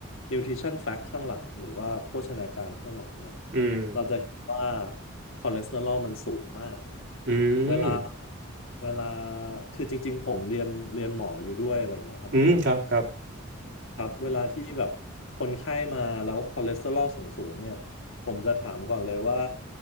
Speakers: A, on the left; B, on the right.
A: nutrition fact ข้างหลังหรือว่าโภชนาการข้างหลังเนี่ย
B: อืม
A: เราจะเห็นว่าคอเลสเตอรอลมันสูงมาก
B: อื
A: เวลา
B: ม
A: เวลาคือจริงๆผมเรียนเรียนหมออยู่ด้วยอะไรเงี้ยครับ
B: อืมครับครับ
A: ครับเวลาที่แบบคนไข้มาแล้วคอเลสเตอรอลสูงๆเนี่ยผมจะถามก่อนเลยว่า